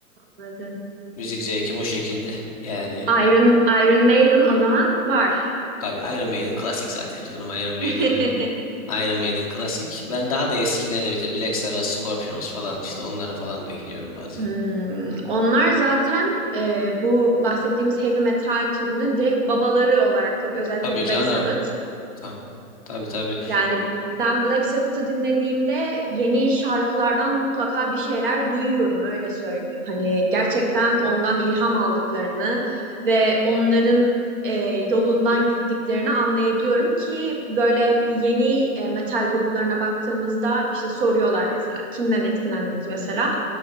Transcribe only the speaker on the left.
müzik zevkim o şekilde. Yani
tabii Iron Maiden klasik zaten canım. Iron Maiden'ı
Iron Maiden klasik. Ben daha da eskilere bir de Black Sabbath, Scorpions falan işte onlara falan da gidiyorum bazen.
Tabii
canım.
Ta- Tabii tabii.